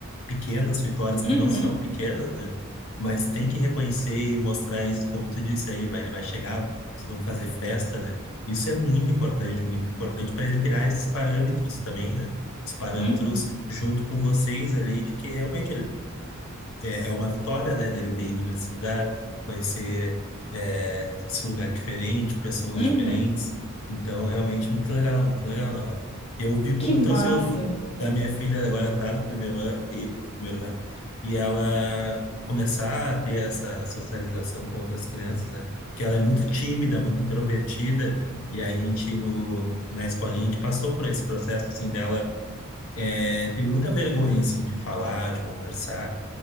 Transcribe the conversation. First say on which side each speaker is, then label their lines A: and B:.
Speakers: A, on the left; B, on the left.
A: pequenas vitórias que
B: uhum,
A: não são pequenas, né? Mas tem que reconhecer e mostrar isso, como tu disse aí, vai, ele vai chegar, se não fazer festa, né? Isso é muito importante, muito importante para ele criar esses parâmetros também, né? Os parâmetros
B: uhum,
A: junto com vocês ali de que realmente ele é, é uma vitória, né, dele ter ido para esse lugar, conhecer é, esse lugar diferente, pessoas
B: uhum.
A: diferentes. Então, realmente, muito legal, muito legal, Nohara. Eu fico
B: Que
A: muito
B: massa.
A: ansioso da minha filha agora estar no primeiro ano, ir para o primeiro ano, e ela começar a ter essa socialização com outras crianças, né? Porque ela é muito tímida, muito introvertida, e aí a gente, no, na escolinha, a gente passou por esse processo, assim, dela é, tem muita vergonha, assim, de falar, de conversar.